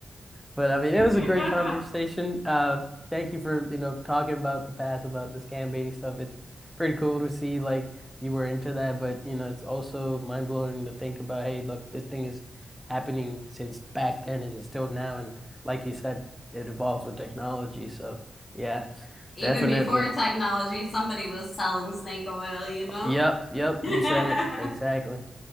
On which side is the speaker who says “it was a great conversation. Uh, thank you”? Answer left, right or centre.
Centre